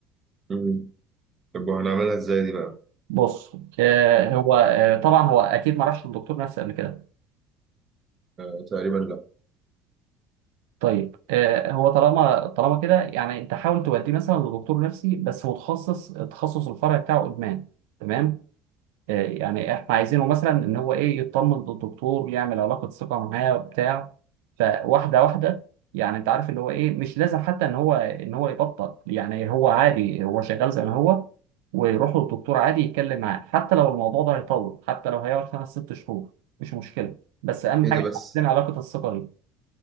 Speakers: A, on the right; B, on the right.
A: امم طب وهنعملها ازاي دي بقى
B: بص آه، هو آه، طبعا هو أكيد ما راحش للدكتور نفسي قبل كده
A: آه تقريبا لا
B: طيب آه، هو طالما طالما كده يعني انت حاول توديه مثلا لدكتور نفسي بس متخصص تخصص الفرع بتاعه ادمان تمام آه، يعني احنا عايزينه مثلا ان هو ايه يطمن للدكتور يعمل علاقه ثقه معاه وبتاع فواحده واحده يعني انت عارف اللي هو ايه مش لازم حتى ان هو ان هو يبطل يعني هو عادي هو شغال زي ما هو ويروح للدكتور عادي يتكلم معاه حتى لو الموضوع ده هيطول حتى لو هيقعد خمس ست شهور مش مشكله بس اهم
A: ايه
B: حاجه
A: ده
B: إحنا
A: بس
B: عايزين علاقه الثقه دي